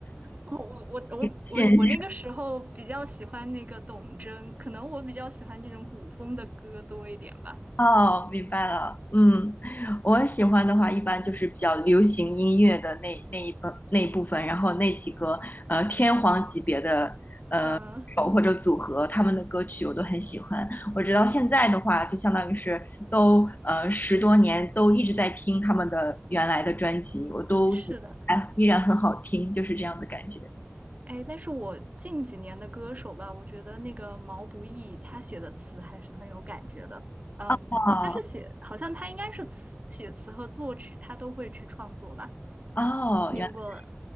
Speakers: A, on the right; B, on the left.
A: 我我我我我我那个时候比较喜欢那个董贞，
B: 炫
A: 可能我比较喜欢这种古风的歌多一点吧。
B: 哦，明白了。嗯，我喜欢的话，一般就是比较流行音乐的那那一部那一部分，然后那几个呃天皇级别的
A: 嗯，
B: 手或者组合他们的歌曲我都很喜欢。我直到现在的话，就相当于是都呃十多年都一直在听他们的原来的专辑，我都觉得哎依然很好听，
A: 是的，
B: 就是这样的感觉。
A: 哎，但是我近几年的歌手吧，我觉得那个毛不易他写的词还是很有感觉的。嗯，
B: 哦
A: 他是写，好像他应该是词写词和作曲，他都会去创作吧。
B: 哦，
A: 你如果
B: 原来